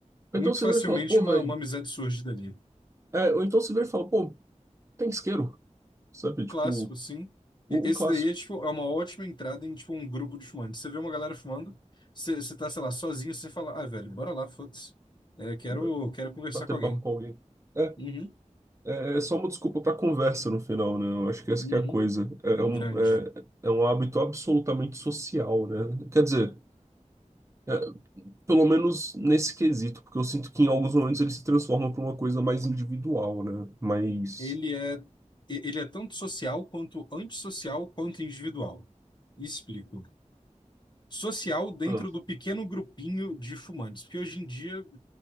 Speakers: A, on the left; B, on the right.
A: Muito
B: Ou Então você
A: facilmente
B: vira e fala, pô,
A: uma,
B: velho.
A: uma amizade surge dali.
B: É, ou então você vira e fala, pô, tem isqueiro, sabe? Tipo,
A: Clássico, sim. E
B: o,
A: Esse
B: o clássico.
A: daí é, tipo, é uma ótima entrada em tipo, um grupo de fumantes. Você vê uma galera fumando, você você tá, sei lá, sozinho, você fala, ah, velho, bora lá, foda-se. É, quero,
B: ba-
A: quero conversar
B: Bater
A: com alguém.
B: papo com alguém. É,
A: Uhum,
B: é, é só uma desculpa pra conversa no final, né? Eu acho que essa
A: uhum.
B: que é a coisa. É, é um,
A: Grande.
B: é, é um hábito absolutamente social, né? Quer dizer. é, Pelo menos nesse quesito, porque eu sinto que em alguns momentos ele se transforma para uma coisa mais individual, né? Mais.
A: Ele é, e- ele é tanto social quanto antissocial quanto individual. Explico. Social dentro
B: ah,
A: do pequeno grupinho de fumantes, porque hoje em dia